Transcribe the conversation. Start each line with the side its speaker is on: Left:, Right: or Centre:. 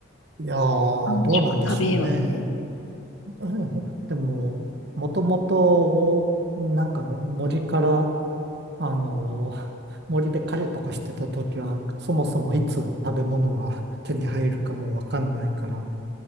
Right: やー、
Left: 三食食べようって。
Right: どうなんでしょうね。<laughs> うんでも、もともと、なんか森から、あのー森で狩りとかしてた時は、そもそもいつ食べ物が手に入るかもわかんないから、